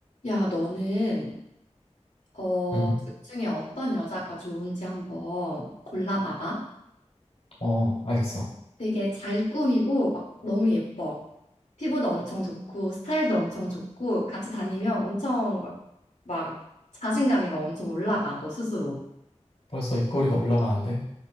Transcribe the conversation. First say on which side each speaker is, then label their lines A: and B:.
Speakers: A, on the left (about 75°); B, on the left (about 60°).
A: 야, 너는 어,
B: 음,
A: 둘 중에 어떤 여자가 좋은지 한번 골라봐봐.
B: 어, 알겠어.
A: 되게 잘 꾸미고 막 너무 예뻐. 피부도 엄청 좋고 스타일도 엄청 좋고 같이 다니면 엄청 막, 막 자신감이 막 엄청 올라가 너 스스로.
B: 벌써 입꼬리가 올라가는데?